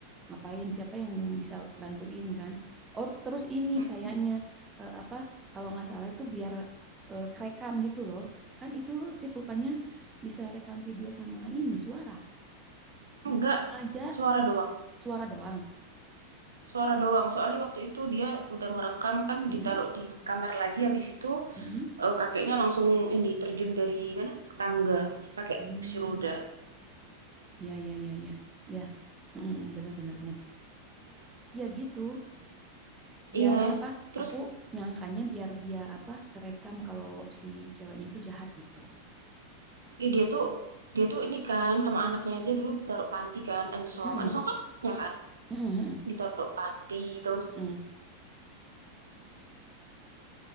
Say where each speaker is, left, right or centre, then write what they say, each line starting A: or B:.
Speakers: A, on the right (about 20°); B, on the right (about 70°).
A: ngapain siapa yang bisa bantuin kan oh terus ini
B: Mm-mm.
A: kayaknya eh, apa kalau nggak salah itu biar eh, kerekam gitu loh kan itu si pulpennya bisa rekam video sama ini suara Bi-
B: enggak
A: ngajak
B: suara doang
A: suara doang
B: suara doang soalnya waktu itu dia udah ngerekam kan
A: Mm-mm,
B: ditaruh di kamar lagi habis itu
A: mm-mm.
B: eh, kakeknya langsung ini terjun dari mana tangga pakai
A: Hmm,
B: kursi roda
A: ya ya ya ya ya Mm, benar-benar ingat ya gitu biar
B: iya
A: apa
B: terus
A: aku nyangkanya biar dia apa kerekam kalau si ceweknya itu jahat gitu.
B: eh, dia tuh dia tuh ini kan sama anaknya aja dulu ditaruh panti kan Ensong
A: Mm-mm,
B: Ensong kan ya kan
A: mm-mm, mm-mm,
B: ditaruh panti terus
A: mm-mm.